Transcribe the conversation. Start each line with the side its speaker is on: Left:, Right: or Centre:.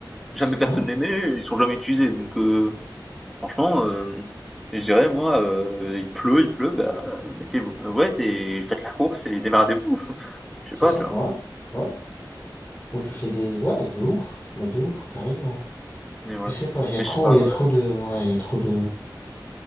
Centre: Jamais
Left: C'est
Centre: personne
Left: ouais,
Centre: les met, ils sont jamais utilisés. Donc euh, franchement, euh, je dirais moi, euh, il pleut, il pleut, bah mettez vos pneus wet et faites la course et démerdez-vous. <laughs> Je
Left: c'est
Centre: sais pas,
Left: ça,
Centre: tu vois.
Left: ouais. Ouais. Ou tu fais des... Ouais, de ouf. Mais de ouf, carrément.
Centre: Mais ouais,
Left: Je sais pas, il y a
Centre: mais
Left: trop,
Centre: je sais pas,
Left: il y a
Centre: ouais,
Left: trop de... Ouais, il y a trop de...